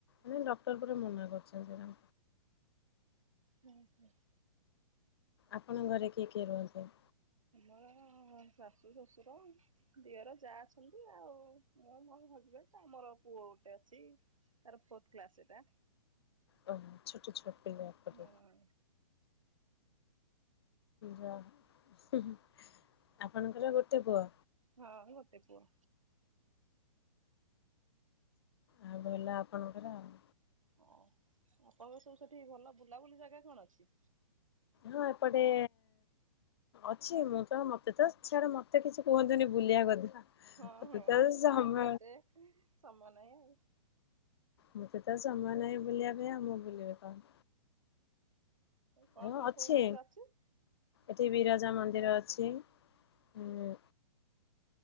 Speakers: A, on the left; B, on the right.
A: ନାଇଁ ଡକ୍ଟର ପରା ମନା କରିଛନ୍ତି ଏଇନା।
B: ହୁଁ ହୁଁ।
A: ଆପଣଙ୍କ ଘରେ କିଏ କିଏ ରୁହନ୍ତି?
B: ଆମର ଶାଶୁ, ଶ୍ୱଶୁର ଦିଅର ଯା ଅଛନ୍ତି, ଆଉ ମୁଁ ମୋ ହଜବେଣ୍ଡ ଆମର ପୁଅ ଗୋଟେ ଅଛି। ସାର୍ ଫୋଥ କ୍ଲାସ ଏଟା।
A: ଓ ଛୋଟ ଛୁଆ। ପିଲା ବୋଧେ।
B: ହଁ।
A: ଯା ଉଁ ଆପଣଙ୍କର ଗୋଟେ ପୁଅ?
B: ହଁ ଗୋଟେ ପୁଅ।
A: ଆଉ ଭଲ ଆପଣଙ୍କର ଆଉ।
B: ହଁ। ଆପଣଙ୍କର ସବୁ ସେଠି ଭଲ ବୁଲାବୁଲି ଜାଗା କଣ ଅଛି?
A: ହଁ ଏପଟେ ଅଛି ମୁଁ ତ ମତେ ତ ସିଆଡେ ମତେ କିଛି କୁହନ୍ତିନି ବୁଲିବା କଥା।
B: ହଁ
A: ମତେ
B: ହଁ ତ
A: ସମୟ
B: ତାହାର ଏତେ ସମୟ ନାହିଁ।
A: ମୋତେ ତ ସମୟ ନାହିଁ ବୁଲିବା ପାଇଁ ଆଉ ମୁଁ ବୁଲିବି କଣ?
B: କଣ
A: ହଁ
B: କଣ
A: ଅଛି
B: ସବୁ ସେଠି ଅଛି?
A: ଏଠି ବିରଜା ମନ୍ଦିର ଅଛି, ଉ